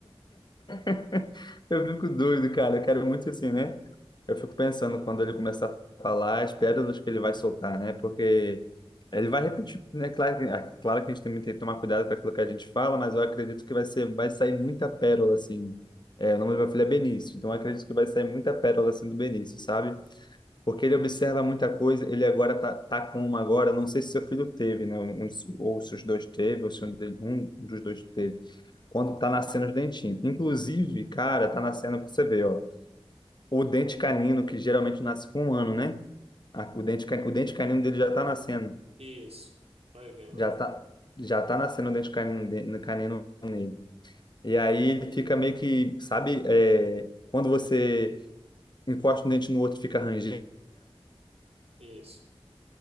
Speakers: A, on the left (about 45°); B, on the right (about 80°).
A: <laughs> Eu fico doido, cara. Eu quero muito assim, né? Eu fico pensando quando ele começar a falar as pérolas que ele vai soltar, né? Porque ele vai repetir, né? Claro, que- é claro que a gente também tem que tomar cuidado com aquilo que a gente fala, mas eu acredito que vai ser, vai sair muita pérola, assim. É, o nome do meu filho é Benício, então eu acredito que vai sair muita pérola, assim, do Benício, sabe? Porque ele observa muita coisa, ele agora tá, tá com uma agora, não sei se seu filho teve, né? um- Ou se os dois teve, ou se um de- um dos dois teve. Quando tá nascendo os dentinhos. Inclusive, cara, tá nascendo, você vê, ó, o dente canino, que geralmente nasce com um ano, né? A- O dente, ca- o dente canino dele já tá nascendo.
B: Isso. Tá vendo?
A: Já tá, já tá nascendo o dente canino, de- no canino nele. E aí ele fica meio que, sabe, é, quando você encosta um dente no outro, e fica rangendo.
B: Isso.